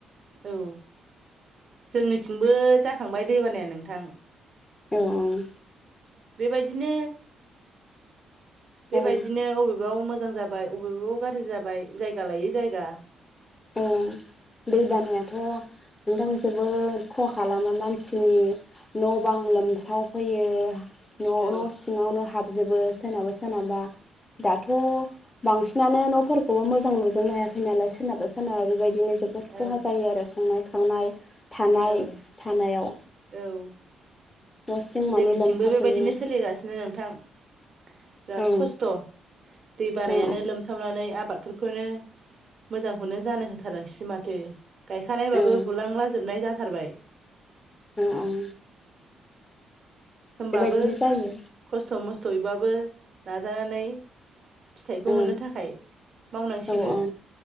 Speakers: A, on the right; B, on the left.
A: औ जोंनिथिंबो जाखांबाय दैबानाया नोंथां
B: औ-औ
A: बेबायदिनो बेबायदिनो
B: औ
A: अबेबा मोजां जाबाय जाय बबेबा गाज्रि जाबाय जायगा लायै जायगा
B: अ दै बानायाथ' नोंथां जोबोद खहा खालामो मानसिनि न' बां लोमसावफैयो न'
A: औ
B: न' सिङावनो हाब जोबो सोरनाबा सोरनाबा दाथ' बांसिनानो न'फोरखौबो मोजां नुजोबनो हायाखै नालाय सोरनाबा सोरनाबा बेबायदिनो जोबोद
A: औ
B: खहा जायो आरो संनाय खावनाय थानाय
A: औ-औ
B: थानायाव न' सिं माने
A: जोंनिथिंबो
B: लोमसावहैयो
A: बेबायदिनो सोलिगासिनो नोंथां बिराद
B: औ
A: खस्थ' दै बानायानो
B: औ
A: लोमसा नानै आबादफोरखौनो मोजांखौनो जानो होथाराखिसै माथो गायखानायबाबो
B: औ
A: बुलांला जोबनाय जाथारबाय
B: अ औ
A: होनोमबाबो
B: बेबायदिनो जायो
A: खस्थ' मस्थ'यैबाबो नाजानानै फिथाइखौ
B: औ
A: मोननो थाखाय मावनांसिगोन
B: औ औ